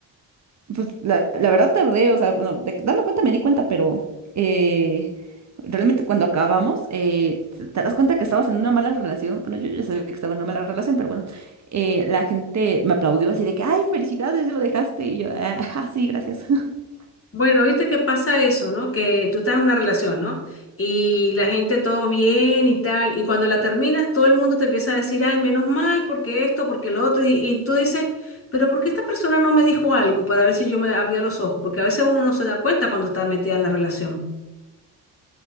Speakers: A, on the right; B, on the left.
A: Pues la, la verdad tardé, o sea, bueno, de darme cuenta me di cuenta, pero eh, realmente cuando acabamos, eh, te te das cuenta que estabas en una mala relación. Bueno, yo ya sabía que estaba en una mala relación, pero bueno, eh, la gente me aplaudió así de que, ay, felicidades, ya lo dejaste. Y yo, ah, <laughs> ajá, sí, gracias. <laughs>
B: Bueno, viste que pasa eso, ¿no? Que tú estás en una relación, ¿no? Y la gente todo bien y tal, y cuando la terminas todo el mundo te empieza a decir, ay, menos mal porque esto, porque lo otro, y, y tú dices, pero ¿por qué esta persona no me dijo algo para ver si yo me abría los ojos? Porque a veces uno no se da cuenta cuando está metida en la relación.